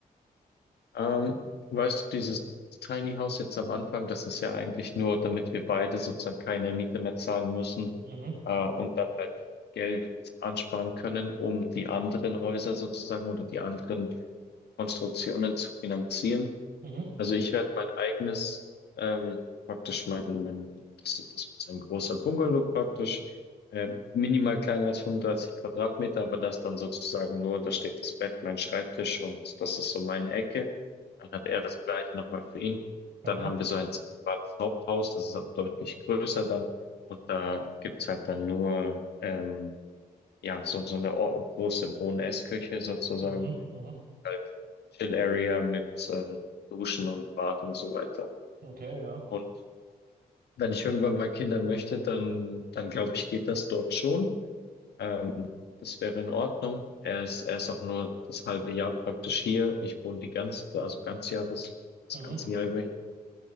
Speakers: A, on the left; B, on the right.
A: Ähm, weißt du, dieses Tiny House jetzt am Anfang, das ist ja eigentlich nur, damit wir beide sozusagen keine Miete mehr zahlen müssen,
B: Mhm,
A: äh, und dann halt Geld ansparen können, um die anderen Häuser sozusagen oder die anderen Konstruktionen zu finanzieren.
B: mhm,
A: Also ich werde mein eigenes, ähm, praktisch mein, mein, das, das wird so ein großer Bungalow praktisch, äh, minimal kleiner als 35 Quadratmeter, aber das dann sozusagen nur, da steht das Bett, mein Schreibtisch und das ist so meine Ecke. Dann hat er das gleiche nochmal für ihn.
B: mhm,
A: Dann haben wir so ein zentrales Haupthaus, das ist auch deutlich größer dann und da gibt's halt dann nur, ähm, ja, so, so eine or- große Boness-Küche sozusagen.
B: mhm, mhm,
A: Halt Chill-Area mit äh, Duschen und Bad und so weiter.
B: okay, ja,
A: Und wenn ich irgendwann mal Kinder möchte, dann, dann glaube ich, geht das dort schon. Ähm, das wäre in Ordnung. Er ist, er ist auch nur das halbe Jahr praktisch hier. Ich wohne die ganze, also ganz Jahres, das
B: mhm.
A: ganze Jahr über hier.